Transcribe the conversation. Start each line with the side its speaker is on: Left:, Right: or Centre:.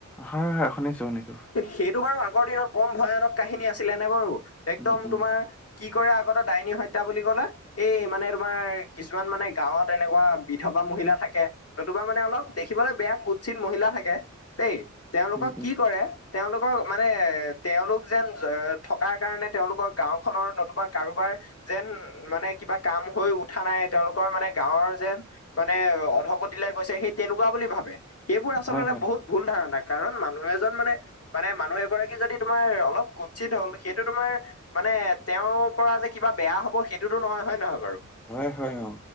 Centre: হয়- হয়, শুনিছো- শুনিছো।
Left: সেইটো বাৰু আগৰ দিনত কম ভয়ানক কাহিনী আছিলে নে বাৰু। একদম
Centre: উম উম
Left: তোমাৰ, কি কৰে আগতে ডাইনী হত্যা বুলি ক'লে। এই মানে তোমাৰ কিছুমান মানে গাঁৱত এনেকুৱা বিধৱা মহিলা থাকে। নতুবা মানে অলপ দেখিবলৈ বেয়া কুৎসিত মহিলা থাকে দেই। তেওঁলোকক
Centre: উম
Left: কি
Centre: উম
Left: কৰে, তেওঁলোকক মানে। তেওঁলোক যেন থকাৰ কাৰণে তেওঁলোকৰ গাঁওখনৰ নতুবা কাৰোবাৰ, যেন মানে কিবা কাম হৈ উঠা নাই। তেওঁলোকৰ মানে গাঁৱৰ যেন মানে অধগত দিলাই গৈছে। সেই তেনেকুৱা বুলি ভাবে সেইবোৰ আচলতে
Centre: হয় হয়
Left: বহুত ভুল ধাৰণা। কাৰণ মানুহ এজন মানে, মানে মানুহ এগৰাকী যদি তোমাৰ অলপ কুৎসিত হল। সেইটো তোমাৰ, মানে তেওঁৰ পৰা যে কিবা বেয়া হব। সেইটোতো নহয়, হয় নহয় বাৰু?
Centre: হয়- হয় অ,